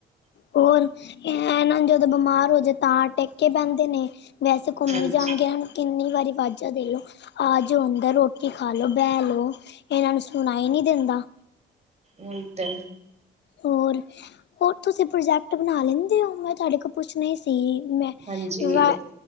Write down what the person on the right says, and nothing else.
ਹਾਂਜੀ
ਉਹੀ ਤੇ।
ਹਾਂਜੀ